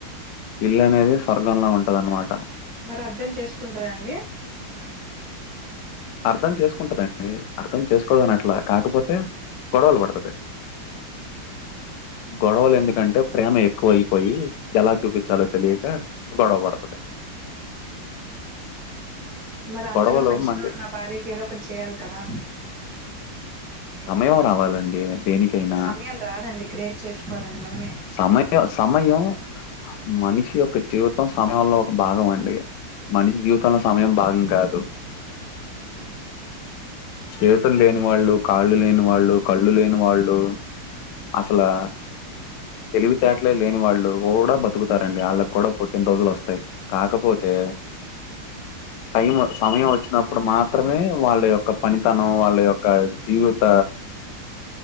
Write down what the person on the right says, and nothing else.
మరి అర్థం చేసుకుంటుందా అండి
మరి అంతల
మంచిగా
ఉన్న భార్యకు ఏదో ఒకటి చేయ్యాలి కదా
సమయం రాదండి క్రియేట్ చేసుకోవాలండి మనమే.